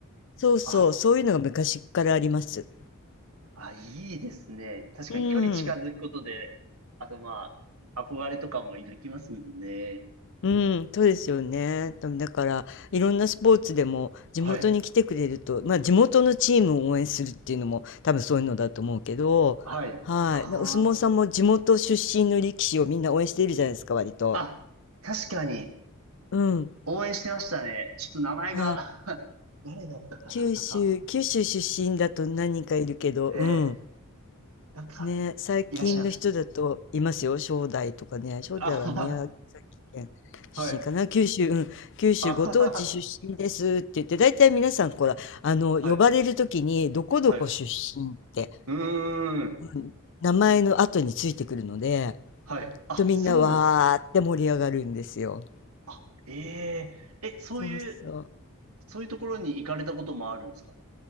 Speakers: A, on the left (about 60°); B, on the right (about 75°).
A: そうそう、
B: あ、す
A: そういうのが昔っからあります。
B: あ、いいですね。確かに距離近づくことで、
A: うーん。
B: あとまあ、憧れとかも抱きますもんね。
A: うん、そうですよね。でもだから、いろんなスポーツでも地元に来てくれると、
B: はい。
A: まあ地元のチームを応援するっていうのも多分そういうのだと思うけど、
B: はい。
A: はい。
B: あ
A: でお相撲さんも地元出身の力士をみんな応援しているじゃないですか、割と。
B: あ、あ、確かに、
A: うん。
B: 応援してましたね。ちょっと名前が
A: はい。
B: <laughs> 誰だったかななんか、
A: 九州、九州出身だと何人かいるけど、
B: えー、
A: うん。
B: なんか、
A: ね、最近の人だといますよ、
B: いらっしゃいましたね。
A: 正代とかね、正代は宮崎県出身かな、
B: あはは <laughs> はい。
A: 九州、うん、九州ご当地出身ですって言って、
B: あ <laughs> はは
A: 大体皆さん、ほら、あの、
B: はい。
A: 呼ばれるときに、どこどこ出身って、
B: はい。うーん。
A: うん名前の後についてくるので、
B: はい。あ、
A: とみんなわーって盛り上がるんですよ。
B: そうなんですね。あ、えええ、そういう、
A: そうそう。
B: そういうところに行かれたこともあるんですか